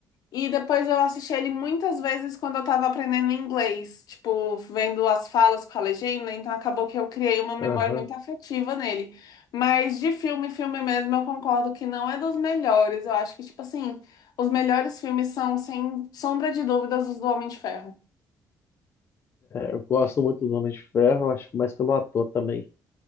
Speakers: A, on the left (about 70°); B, on the left (about 40°).
A: E depois eu assisti ele muitas vezes quando eu tava aprendendo inglês, tipo, vendo as falas com a legenda, então acabou que eu criei uma memória
B: Aham.
A: muito afetiva nele. Mas de filme, filme mesmo, eu concordo que não é dos melhores. Eu acho que, tipo assim, os melhores filmes são, sem sombra de dúvidas, os do Homem de Ferro.
B: Eu gosto muito do Homem de Ferro, acho que mais pelo ator também.